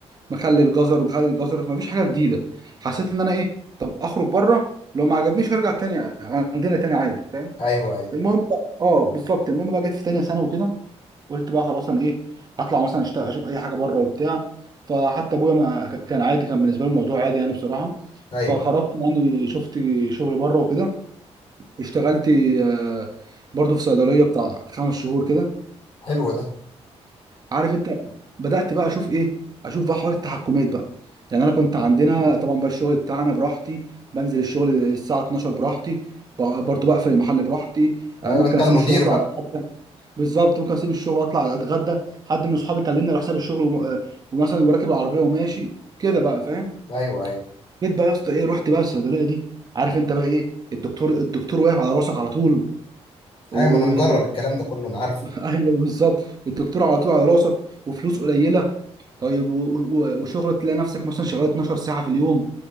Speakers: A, on the right; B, on the left.
A: مخلي الجزر ومخلي الجزر فمفيش حاجه جديده حسيت ان انا ايه طب اخرج بره لو ما عجبنيش هرجع تاني عندنا تاني عادي فاهم
B: ايوه ايوه
A: المهم بقى اه بالظبط المهم بقى جيت في تانية ثانوي كده قلت بقى خلاص انا ايه هطلع مثلا اشتغل اشوف اي حاجه بره وبتاع فحتى ابويا ما كان عادي كان بالنسبه له الموضوع عادي يعني بصراحه
B: ايوه
A: فخرجت يعني شفت شغل بره وكده اشتغلت آه، برضه في صيدليه بتاع خمس شهور كده
B: حلو ده
A: عارف انت بدات بقى اشوف ايه اشوف بقى حوار التحكمات بقى يعني انا كنت عندنا طبعا بقى الشغل بتاعنا براحتي بنزل الشغل الساعه 12 براحتي برضه بقفل المحل براحتي
B: ايوه
A: آه، ممكن
B: انت المدير
A: اسيب الشغل اطلع
B: بقى
A: بالظبط ممكن اسيب الشغل واطلع اتغدى حد من اصحابي كلمني على حساب الشغل وم... آه، ومثلا وراكب العربيه وماشي كده بقى فاهم
B: ايوه ايوه
A: جيت بقى يا اسطى ايه رحت بقى الصيدليه دي عارف انت بقى ايه الدكتور الدكتور واقف على راسك على طول و
B: ايوه ما انا مجرب
A: <laughs>
B: الكلام ده كله انا عارفه
A: ايوه بالظبط الدكتور على طول على راسك وفلوس قليله طيب و... و... وشغل تلاقي نفسك مثلا شغال 12 ساعه في اليوم